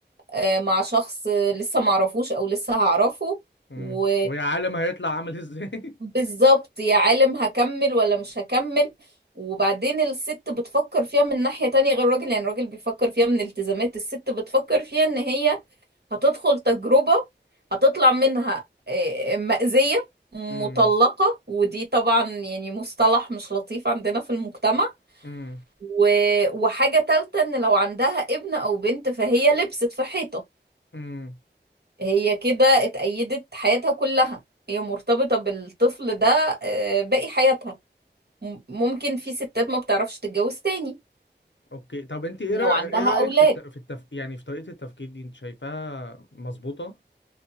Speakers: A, on the right; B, on the left.
A: آه، مع شخص لسه معرفوش او لسه هعرفه
B: امم
A: و...
B: ويا عالم هيطلع عامل ازاي
A: بالظبط
B: <laughs>
A: يا عالم هكمل ولا مش هكمل وبعدين الست بتفكر فيها من ناحية تانية غير الراجل يعني الراجل بيفكر فيها من التزامات الست بتفكر فيها ان هي هتدخل تجربة هتطلع منها آه، مأزية مطلقة
B: امم
A: ودي طبعا يعني مصطلح مش لطيف عندنا في المجتمع
B: امم
A: و... وحاجة تالتة ان لو عندها ابن او بنت فهي لبست في حيطة
B: امم
A: هي كده اتأيدت حياتها كلها هي مرتبطة بالطفل ده آه، باقي حياتها م- ممكن في ستات ما بتعرفش تتجوز تاني
B: اوكي طب انت ايه
A: لو
B: رأي...
A: عندها
B: ايه رأيك
A: أولاد
B: في الت... في التف... يعني في طريقة التفكير دي انت شايفاها مظبوطة